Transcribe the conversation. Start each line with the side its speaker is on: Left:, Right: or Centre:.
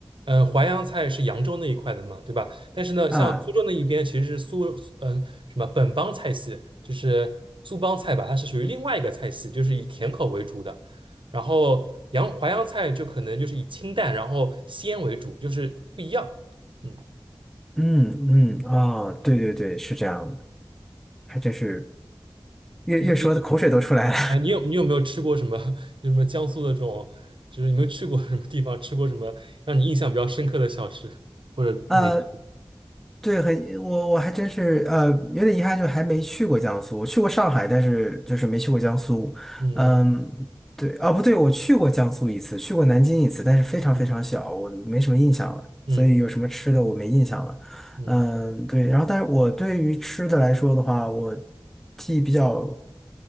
Right: 呃，淮扬菜是扬州那一块的嘛，对吧？但是呢，
Centre: 啊。
Right: 像苏州那一边其实是苏，呃，什么本帮菜系，就是苏帮菜吧，它是属于另外一个菜系，就是以甜口为主的。然后扬淮扬菜就可能就是以清淡，然后鲜为主，就是不一样。嗯，
Centre: 嗯嗯，哦，对对对，是这样的，还真是越越说的口水都出来了。
Right: 你你啊，你有你有没有吃过什么？<laughs> 就什么江苏的这种，就是有没有去过什么地方，吃过什么让你印象比较深刻的小吃或者美食？
Centre: <laughs> 呃。对，很，我我还真是，呃，有点遗憾，就还没去过江苏。我去过上海，但是就是没去过江苏。
Right: 嗯
Centre: 嗯，对，哦，不对，我去过江苏一次，去过南京一次，但是非常非常小，
Right: 嗯
Centre: 我没什么印象了。
Right: 嗯嗯嗯
Centre: 所以有什么吃的我没印象了。
Right: 嗯嗯。
Centre: 嗯，对，然后但是我对于吃的来说的话，我记忆比较，